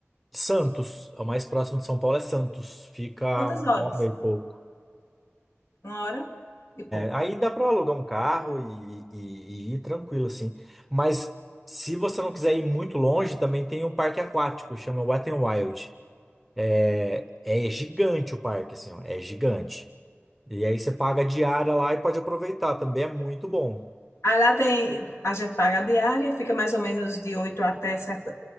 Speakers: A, in the centre; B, on the left.
A: Santos, o mais próximo de São Paulo é Santos. Fica
B: Quantas
A: uma
B: horas?
A: hora e pouco.
B: Uma hora e pouco.
A: Aí dá para alugar um carro e, e- e ir tranquilo, assim. Mas se você não quiser ir muito longe, também tem um parque aquático, chama Wet n Wild. É é gigante o parque, assim, ó, é gigante. E aí você paga a diária lá e pode aproveitar, também é muito bom.
B: Aí lá tem, a gente paga a diária, fica mais ou menos de 8 até certa,